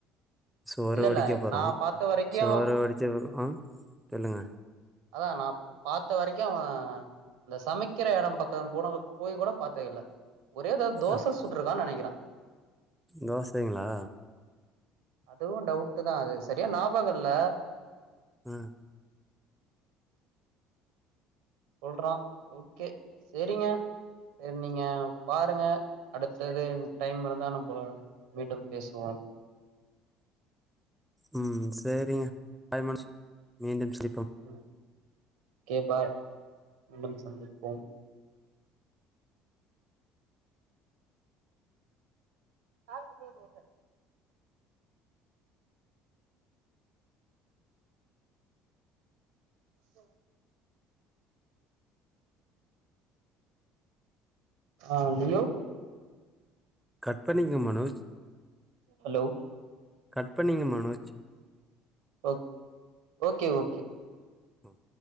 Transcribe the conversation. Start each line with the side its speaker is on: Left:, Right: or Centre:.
Centre: சோற
Right: இல்ல
Centre: வடிக்கப்
Right: இல்ல
Centre: போறோ
Right: நா பாத்த வரைக்கு
Centre: சோறு வடிச்ச ஆஹ் சொல்லுங்க
Right: அதா நா பாத்த வரைக்கு அவே இந்த சமக்கிற எடம் பக் <unintelligible> போய் கூட பாத்தது இல்ல ஒரே தடவ தோச
Centre: அப்
Right: சுட்றுக்கான்னு நெனைக்கிறே
Centre: தோசைங்களா
Right: அதுவு டவுட்டு தா அது சரியா ஞாப பகோல்ல
Centre: ஆஹ்
Right: சொல்றா ஓகே செரிங்க சரி நீங்க பாருங்க அடுத்தது டைம் இருந்தா நம்போ மீண்டும் பேசுவோ
Centre: ம் சேரிங்க பாய் மனோஜ் மீண்டும் சந்திப்போம்
Right: உம் ஓகே பாய் மீண்டும் சந்திப்போம் காது குத்த வருவாங்க செர் ஆஹ் மியோவ்
Centre: கட் பண்ணீங்க மனோஜ்
Right: ஹலோ
Centre: கட் பண்ணீங்க மனோஜ்
Right: ஓக் ஓகே ஓகே
Centre: ஹம்